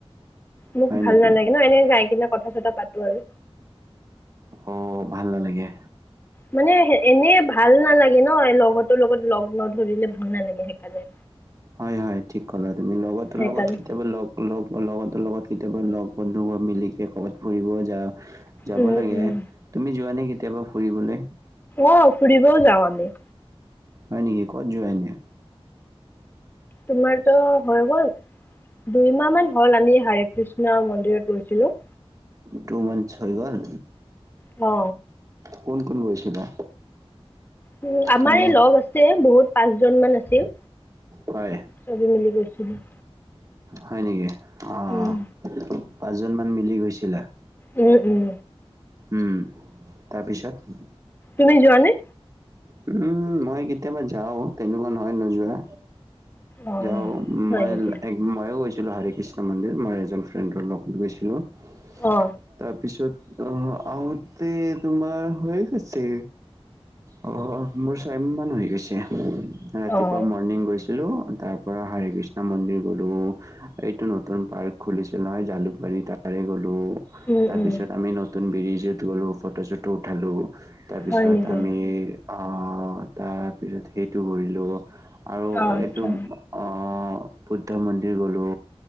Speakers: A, on the left; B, on the right.
A: মোক
B: হয়
A: ভাল
B: নেকি?
A: নালাগে ন এনে যাইকেনে কথা চথা পাতো আৰু
B: অ ভাল নালাগে
A: মানেহ এনেই ভাল নালাগে ন লগহতৰ লগত লগ নধৰিলে ভাল নালাগে খা জাই
B: হয় হয় ঠিক ক'লা তুমি লগতৰ
A: সেইকাৰণে
B: লগত কেতিয়াবা লগ লগ লগতো লগত কেতিয়াবা লগ বন্ধু মিলি কে কৰবাত ফুৰিব যা যাব
A: উম
B: লাগে
A: উম
B: তুমি যোৱা নে কেতিয়াবা ফুৰিবলে
A: অ ফুৰিবও যাওঁ আমি
B: হয় নেকি ক'ত যোৱা এনে
A: তোমাৰতো হৈ গ'ল দুইমাহ মান হ'ল আমি হাৰে কৃষ্ণ মন্দিৰত গৈছিলো
B: টু মানচ হৈ গল
A: অ
B: কোন কোন গৈছিলা
A: উম আমাৰ
B: মানে
A: এই লগ আছে বহুত পাঁচ জন মান আছিল
B: হয়,
A: চবে মিলি গৈছিলো
B: হয় নেকি অহ
A: উম
B: পাঁচজন মান মিলি গৈছিলা
A: উম উম
B: উম তাৰপিছত
A: তুমি যোৱা নে
B: উম মই কেতিয়াবা যাও তেনেকুৱা নহয় ন যোৱা
A: অ
B: যাও
A: হয়
B: মই
A: নেকি
B: এক ময়ো গৈছিলো হাৰে কৃষ্ণ মন্দিৰ মই এজন ফ্ৰেণ্ডৰ লগত গৈছিলো <inaudible>
A: অ
B: তাৰপিছত আহ আহোতে তোমাৰ হৈ গৈছে অহ অ মোৰ ছয়মান হৈ গৈছে ৰাতিপুৱা
A: অ
B: মৰ্ণিং গৈছিলো তাৰ পৰা হাৰি কৃষ্ণ মন্দিৰ গলোঁ। এইটো নতুন পাৰ্ক খুলিছিল নহয় জালুকবাৰী তাৰে গ'লো।
A: উম
B: তাৰ
A: উম
B: পিছত আমি নত- তুন বিৰিজত গ'লোঁ ফটো চটো উঠালোঁ তাৰপিছত
A: হয় নেকি
B: আমি অ তাৰপিছত সেইটো কৰিলো আৰু
A: অঁ
B: এইটো
A: আচ্ছা
B: অ বুদ্ধ মন্দিৰ গ'লো